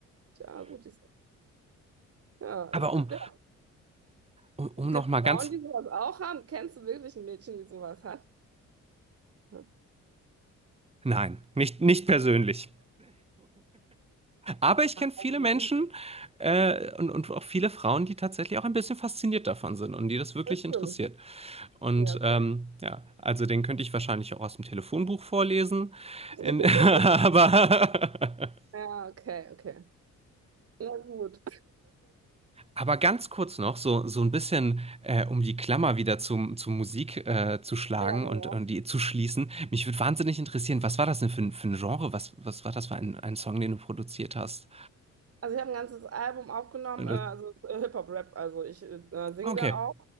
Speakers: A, on the right (about 50°); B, on the right (about 20°).
A: Tja, gut. Ich, ja,
B: aber
A: es
B: um,
A: gibt, ja,
B: um,
A: es
B: um
A: gibt
B: noch mal
A: Frauen,
B: ganz,
A: die sowas auch haben. Kennst du wirklich ein Mädchen, die sowas hat? Ja,
B: nein, nicht, nicht persönlich. Aber ich kenne viele
A: Also,
B: Menschen äh, und, und auch viele Frauen, die tatsächlich auch ein bisschen fasziniert davon sind und die das wirklich
A: das
B: interessiert.
A: stimmt.
B: Und
A: Ja, okay.
B: ähm, ja, also den könnte ich wahrscheinlich auch aus dem Telefonbuch vorlesen.
A: <laughs>
B: In, <laughs> aber <laughs>
A: Ja, okay, okay. Na gut.
B: Aber ganz kurz noch, so, so ein bisschen, äh, um die Klammer wieder zum, zur Musik äh, zu schlagen
A: Ja, ja, genau.
B: und, und die zu schließen. Mich würde wahnsinnig interessieren, was war das denn für ein, für ein Genre? Was, was war das für ein, ein Song, den du produziert hast?
A: Also ich habe ein ganzes Album aufgenommen,
B: Und
A: äh,
B: das-
A: also äh, Hip-Hop-Rap, also ich äh, singe
B: Okay.
A: da auch,